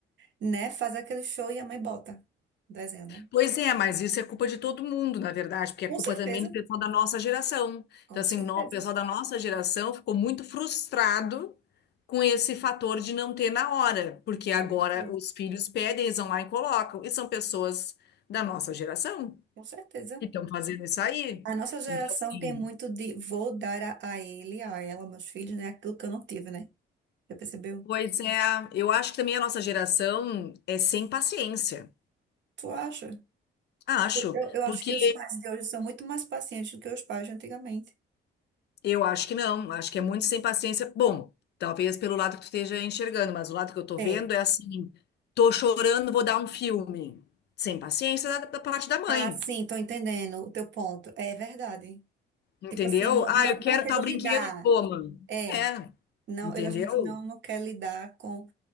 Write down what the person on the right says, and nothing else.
né, fazem aquele show e a mãe bota o desenho, né?
Com
certeza,
com
certeza,
pode ser,
com certeza.
A nossa geração
tem muito de vou dar a, a ele, a ela, meus filhos, né, aquilo que eu não tive, né? Já percebeu?
Tu acha?
Eu, eu acho
que os pais de hoje são muito mais pacientes do que os pais de antigamente.
É.
Ah, sim, tô entendendo o teu ponto. É verdade.
Tipo assim, não,
não,
não quero
lidar.
É.
Não,
ele, a gente não, não quer lidar com,